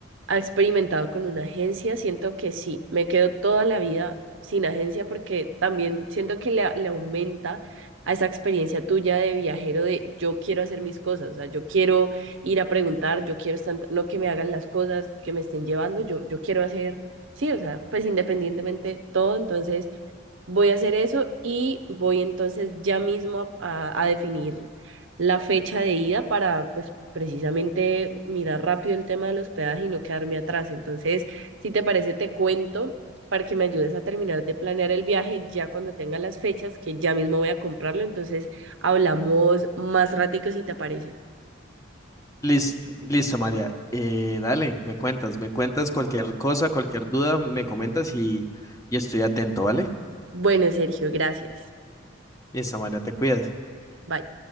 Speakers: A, on the right (about 65°); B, on the left (about 15°).
A: ha experimentado con una agencia, siento que sí, me quedo toda la vida sin agencia porque también siento que le, le aumenta a esa experiencia tuya de viajero de yo quiero hacer mis cosas, o sea, yo quiero ir a preguntar, yo quiero estar, no que me hagan las cosas, que me estén llevando, yo, yo quiero hacer, sí, o sea, pues independientemente todo, entonces... Voy a hacer eso y voy entonces ya mismo a, a- a definir la fecha de ida para, pues, precisamente mirar rápido el tema del hospedaje y no quedarme atrás. Entonces, si te parece, te cuento para que me ayudes a terminar de planear el viaje ya cuando tenga las fechas, que ya mismo voy a comprarlo. Entonces, hablamos más ratico si te parece.
B: Lis- Listo, María. Eh, dale, me cuentas, me cuentas cualquier cosa, cualquier duda, me comentas y, y estoy atento, ¿vale?
A: Bueno, Sergio, gracias.
B: Listo, María, te cuidas.
A: Bye.